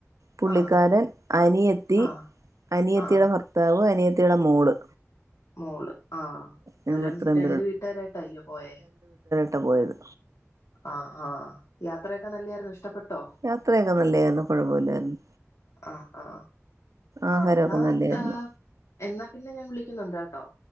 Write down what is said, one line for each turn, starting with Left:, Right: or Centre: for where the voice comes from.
Right: പുള്ളിക്കാരൻ,
Left: ആഹ്
Right: അനിയത്തി,
Left: ആഹ്
Right: അനിയത്തിയുടെ
Left: ആഹ്
Right: ഭർത്താവ്, അനിയ യുടെ മോള്
Left: മോള് ആ. അന്നേരം
Right: ഞങ്ങൾ ഇത്രയും
Left: രണ്ട് വീട്ടുകാരായിട്ടല്ലയോ പോയേ
Right: ട്ട പോയത്.
Left: ആഹ് ആഹ് യാത്രയൊക്കെ നല്ലായിരുന്നൊ ഇഷ്ടപ്പെട്ടോ?
Right: യാത്രയൊക്കെ നല്ലായിരുന്നു കുഴപ്പമില്ലായിരുന്നു
Left: ആ ആ
Right: ആഹാരമൊക്കെ
Left: ആ ന്നാ
Right: നല്ലായിരുന്നു
Left: ഏ എന്നാ പിന്നെ ഞാൻ വിളിക്കുന്നുണ്ട് കേട്ടോ